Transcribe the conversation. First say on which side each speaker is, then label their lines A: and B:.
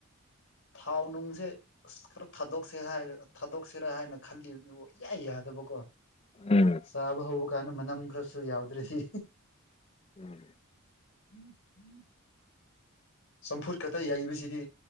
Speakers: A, on the left; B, on the left.
A: ꯊꯥꯎ ꯅꯨꯡꯁꯦ ꯑꯁ ꯈꯔ ꯊꯥꯗꯣꯛꯁꯦ ꯊꯥꯗꯣꯛꯁꯤꯔꯥ ꯍꯥꯏꯅ ꯈꯜꯂꯤꯕꯅꯤ ꯀꫭ ꯏꯌꯥ ꯌꯥꯗꯕꯀꯣ
B: ꯎꯝ
A: ꯆꯥꯕ ꯍꯧꯕ ꯒꯥꯟꯗ ꯃꯅꯝ ꯈꯔꯁꯨ ꯌꯥꯎꯗ꯭ꯔꯕꯗꯤ꯫
B: ꯎꯝ <inaudible>
A: ꯎꯝ ꯎꯝ <inaudible> ꯆꯝꯐꯨꯠ ꯈꯛꯇ ꯌꯩꯕꯁꯤꯗꯤ